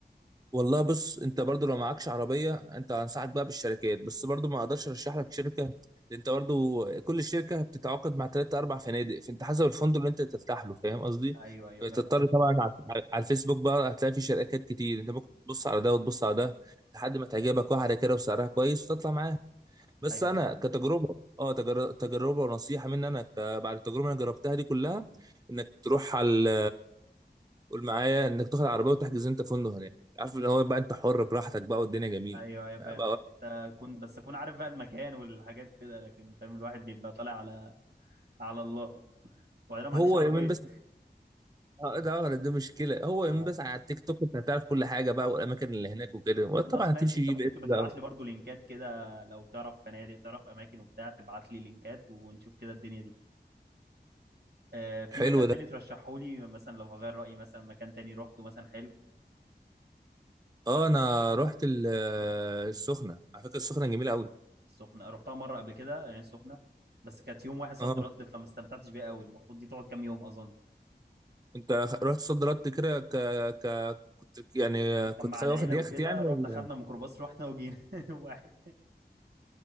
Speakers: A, on the right (about 20°); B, on the right (about 70°).
A: والله بص انت برضو لو معكش عربيه انت انصحك بقى بالشركات بس برضو ما اقدرش ارشح لك شركه لأن انت برضو كل شركه بتتعاقد مع ثلاثة اربع فنادق فانت حسب الفندق اللي انت ترتاح له فاهم قصدي
B: ايوه ايوه
A: بتضطر
B: فاهم قصدك
A: طبعا على على الفيسبوك بقى هتلاقي في شركات كتير انت ممكن تبص على ده وتبص على ده لحد ما تعجبك واحده كده وسعرها كويس وتطلع معاها بس
B: ايوه
A: انا
B: ايوه فاهم
A: كتجربه اه تجر- تجربه ونصيحه مني انا ك- بعد التجربه اللي انا جربتها دي كلها انك تروح على قول معايا انك تاخد عربيه وتحجز انت فندق هناك عارف اللي هو بقى انت حر براحتك بقى والدنيا جميله
B: ايوه ايوه فاهم
A: بقى
B: يعني انت كنت بس اكون عارف بقى المكان والحاجات كده لكن فاهم الواحد بيبقى طالع على على الله وبعدين أنا ما
A: هو
B: عنديش عربيه
A: يومين بس آه، ده دي مشكله هو يومين
B: آه.
A: بس على التيك توك انت هتعرف كل حاجه بقى والاماكن اللي هناك وكده وطبعا
B: خلاص
A: هتمشي
B: ماشي انت
A: جي
B: ممكن
A: بي اس
B: تبقى
A: بقى
B: تبعت لي برضو لينكات كده لو تعرف فنادق تعرف اماكن وبتاع تبعت لي لينكات ونشوف كده الدنيا دي آه في
A: حلو
B: مكان تاني
A: ده
B: ترشحه لي مثلا لو هغير رايي مثلا مكان تاني روحته مثلا حلو
A: اه انا رحت ال- السخنه على فكره السخنه جميله قوي
B: السخنه رحتها مره قبل كده يعني السخنه بس كانت يوم واحد صد
A: اه
B: رد فما استمتعتش بيها قوي المفروض دي تقعد كام يوم اظن
A: انت خ- رحت صد رد كده ك... ك... كنت يعني كنت
B: كان مع
A: خ- واخد
B: العيله
A: يخت
B: وكده
A: يعني
B: رحنا
A: ولا
B: خدنا ميكروباص رحنا وجينا <laughs> يوم واحد